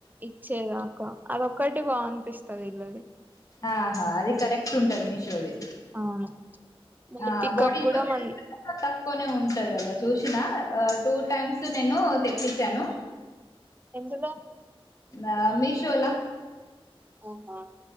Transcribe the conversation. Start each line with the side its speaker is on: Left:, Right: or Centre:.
Right: ఇచ్చేదాకా అదొక్కటి బాగా అనిపిస్తది వీళ్ళ
Left: ఆహా అది కరెక్ట్ ఉంటది మీషోది
Right: అవును మళ్ళీ
Left: ఆ <unintelligible>
Right: పికప్ కూడా మ
Left: తక్కునే ఉం లో చూసిన టూ టైమ్స్ నేను తెప్పిచ్ఛాను
Right: ఎందులో
Left: నా మీషోలా
Right: ఓహో